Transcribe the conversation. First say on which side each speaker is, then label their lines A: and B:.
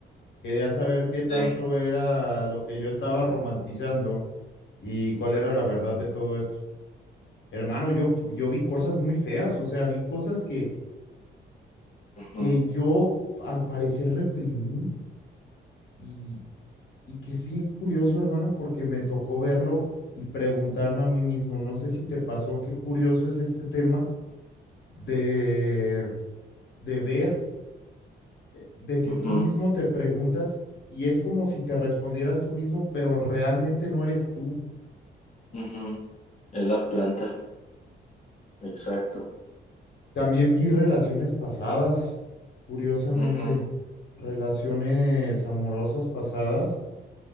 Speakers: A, on the left; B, on the left.
A: Quería saber qué
B: sí.
A: tanto era lo que yo estaba romantizando ¿Y cuál era la verdad de todo esto? Hermano, yo, yo vi cosas muy feas, o sea, vi cosas que,
B: Ujú,
A: que yo al parecer reprimí y, y que es bien curioso, hermano, porque me tocó verlo y preguntarme a mí mismo, no sé si te pasó, qué curioso es este tema de, de ver, de que
B: ujú,
A: tú mismo te preguntas y es como si te respondieras tú mismo, pero realmente no eres tú.
B: ujú. Es la planta, exacto.
A: También vi relaciones pasadas, curiosamente,
B: Ujú,
A: relaciones amorosas pasadas.